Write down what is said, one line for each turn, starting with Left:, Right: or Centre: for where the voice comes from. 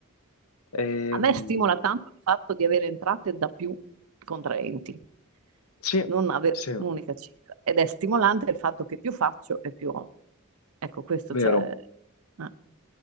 Left: Ehm,
Right: A me stimola tanto il fatto di avere entrate da più contraenti,
Left: sì,
Right: non avere
Left: sì,
Right: un'unica cifra. Ed è stimolante il fatto che più faccio e più ho. Ecco, questo
Left: vero.
Right: c'è. eh,